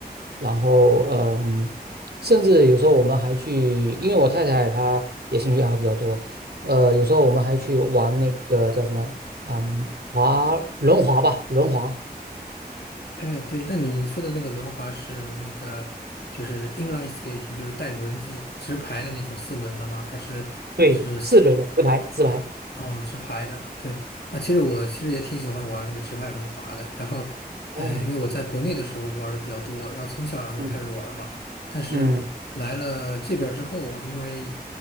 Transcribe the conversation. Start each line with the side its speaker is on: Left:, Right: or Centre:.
Right: 然后呃嗯，甚至有时候我们还去，因为我太太她也兴趣爱好比较多。呃，有时候我们还去玩那个叫什么嗯，滑轮滑吧，轮滑，
Left: 哎，对，那你说的那个轮滑是那个就是 inline skating，就是带轮子直排的那种四轮的吗？还是是？
Right: 对，四轮的直排直排。
Left: 哦，直排的，对，那其实我其实也挺喜欢玩那个直排轮滑的。然后，呃，
Right: 哦，
Left: 因为我在国内的时候玩的比较多，然后从小就开始玩嘛。
Right: 嗯
Left: 但是来了这边儿之后啊，
Right: 嗯
Left: 因为